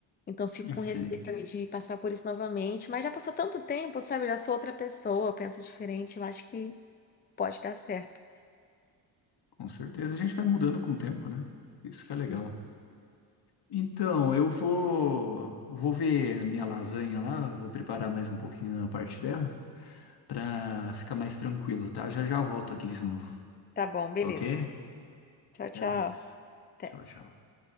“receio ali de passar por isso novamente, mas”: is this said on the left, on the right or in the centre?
Left